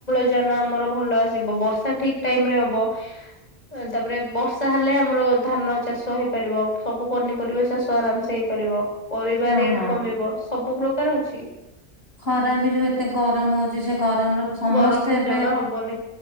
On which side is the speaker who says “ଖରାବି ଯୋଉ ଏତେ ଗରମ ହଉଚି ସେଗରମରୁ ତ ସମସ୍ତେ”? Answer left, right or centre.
Left